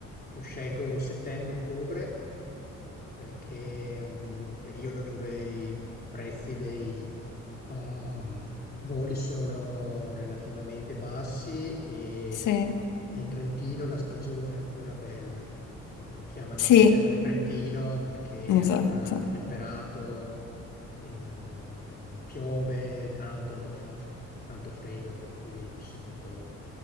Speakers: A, on the left; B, on the left.
A: io scelgo settembre-ottobre perché è un periodo dove i prezzi dei ehm, voli sono relativamente bassi e,
B: Sì,
A: e in Trentino la stagione è ancora bella. Eh, lo chiamano
B: sì,
A: settembre Trentino perché
B: esatto.
A: è ancora temperato e non, non- non piove tanto, non fa f- tanto freddo, per cui di solito